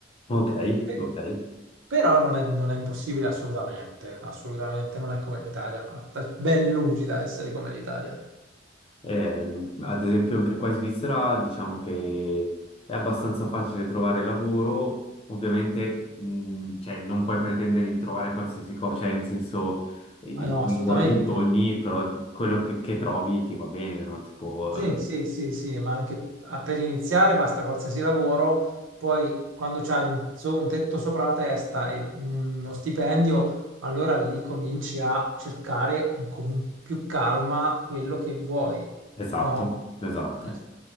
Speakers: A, on the left; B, on the right.
A: Ok,
B: Eh,
A: ok.
B: Però non è, non è impossibile assolutamente, assolutamente non è come l'Italia, sta ben lungi da essere come l'Italia.
A: Ehm, ad esempio anche qua in Svizzera diciamo che è abbastanza facile trovare lavoro, ovviamente mh, cioè, non puoi pretendere di trovare qualsiasi cosa, cioè in senso eh, il
B: Ah, No,
A: tuo
B: assolutamente.
A: lavoro dei sogni, però quello che, che trovi ti va bene, no? Tipo,
B: Sì,
A: eh,
B: sì, sì, sì, ma anche a- per iniziare basta qualsiasi lavoro, poi quando c'hai un, so- un tetto sopra la testa e uno stipendio, allora lì cominci a cercare con più calma quello che vuoi,
A: esatto,
B: no?
A: esatto.
B: Eh, sì,